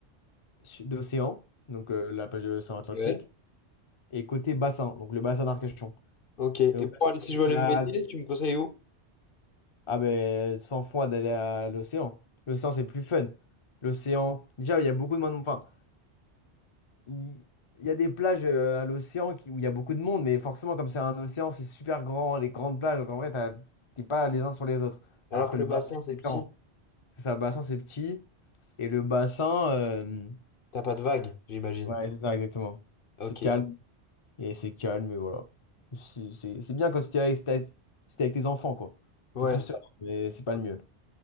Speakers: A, on the left; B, on the left.
A: su- d'océan, donc euh, la plage de l'océan Atlantique,
B: Ouais.
A: et côté bassin, donc le bassin d'Arcachon.
B: Ok. Et
A: Et donc, là,
B: pour aller, si
A: c'est
B: je veux
A: très
B: aller
A: calme.
B: me baigner, tu me conseilles où?
A: Ah ben, sans froid d'aller à l'océan. L'océan, c'est plus fun. L'océan, déjà, il y a beaucoup de monde. Enfin, il il y, a des plages euh, à l'océan qui- où il y a beaucoup de monde, mais forcément, comme c'est un océan, c'est super grand, les grandes plages, donc en vrai, t'as- t'es pas les uns sur les autres.
B: Alors
A: Alors que
B: que
A: le
B: le bassin,
A: bassin,
B: c'est
A: c'est
B: petit,
A: différent. C'est ça, le bassin, c'est petit, et le bassin, euh,
B: t'as pas de vagues, j'imagine.
A: ouais, c'est ça, exactement.
B: Ok.
A: C'est calme. Et c'est calme, mais voilà. C'est c'est- c'est bien quand c'était avec, c'était t'es avec si t'es avec tes enfants, quoi.
B: Ouais.
A: T'es plus seul, mais c'est pas
B: Ok,
A: le mieux.